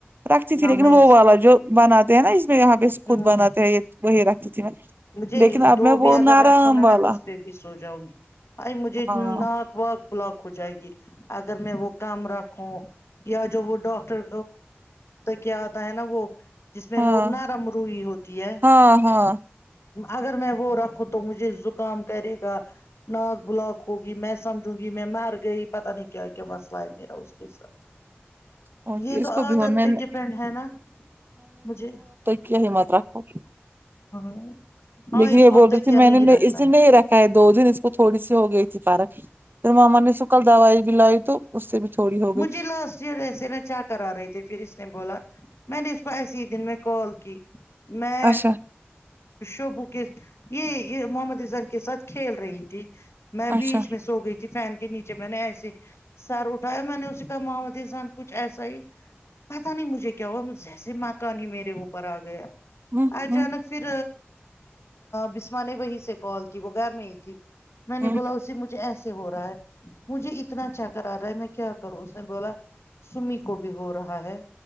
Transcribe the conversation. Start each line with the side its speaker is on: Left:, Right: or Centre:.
Right: رکھتی تھی
Left: نہ
Right: لیکن
Left: میں
Right: وہ والا جو بنات تے ہیں اس میں یہاں پے خود
Left: ہوں
Right: بناتےہیں وہی رکھتی تھی میں
Left: مجھے
Right: لیکن اب
Left: دو
Right: میں
Left: بھی
Right: وہ
Left: اگر
Right: نرم
Left: رکھو نا
Right: وا
Left: اس میں بھی سو جاؤں گی آ مجھے
Right: ہاں
Left: نہ واک بلاک ہو جائے گی اگر میں وہ کام رکھوں یا جو وہ ڈاکٹر کیا آتا ہے نا وہ جس میں
Right: ہاں
Left: وہ نارم روئی ہوتی ہے
Right: ہاں ہاں
Left: اگر میں وہ رکھوں تو مجھے زکام کرے گا نااک بلاک ہوگی میں سمجوں گی میں مر گئی پتا نہیں کیا کیا مسئلہ ہے میرا اس کے ساتھ
Right: اوکے
Left: یے
Right: اس
Left: تو
Right: کو
Left: عادت
Right: بھی ہوا میں
Left: پے
Right: نے
Left: ڈپینڈ ہے نا مجھے
Right: کہ ہمت رکھو
Left: ہاں
Right: لیکن
Left: اس
Right: یے
Left: کو
Right: بول
Left: اب تک
Right: رہی تھی
Left: کیا
Right: میں
Left: نہیں
Right: نے
Left: رکھنا
Right: اسی میں رکھ ہے دو دن اس کو تھوڑی سی ہو گئی تھی فرق پھر ماما نے سو کل دوائی بھی لائی تو اس سے بھی تھوڑی ہو
Left: مجھے
Right: گئی
Left: لاس چیرےز ایسے نچا کر آ رہے تھے پھر اس نے بولا میں نے اس کو ایسے ہی دن میں کال کی میں
Right: اچھا
Left: شبو کے یے یے محمد ایزان کے ساتھ کھیل رہی تھی میں
Right: اچھا
Left: بیچ میں سو گئی تھی فین کے نیچے میں نے ایسے سر اٹایا میں نے اس کا محمد ایزان کچھ ایسا ہی پتہ نہیں مجھے کیا ہوا جیسے مکانی میرے اوپر آ گیا
Right: ہوں
Left: اچانک
Right: ہوں
Left: پھر بسما نے وہی سے کال کی وہ گھر میں ہی تھی میں نے
Right: ہوں
Left: بولا اس سے مجھے ایسے ہو رہا ہے مجھے اتنا چکرر آ رہا ہے میں کیا کروں اس نے بولا سمی کو بھی ہو رہا ہے